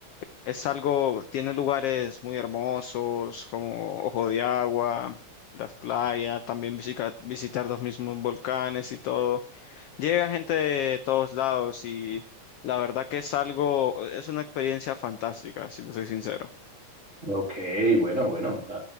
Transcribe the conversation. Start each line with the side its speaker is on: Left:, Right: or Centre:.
Left: es algo, tiene lugares muy hermosos como Ojo de Agua, las playas, también visica- visitar los mismos volcanes y todo. Llega gente de todos lados y la verdad que es algo, es una experiencia fantástica, si te soy sincero.
Right: Ok, bueno, bueno, a,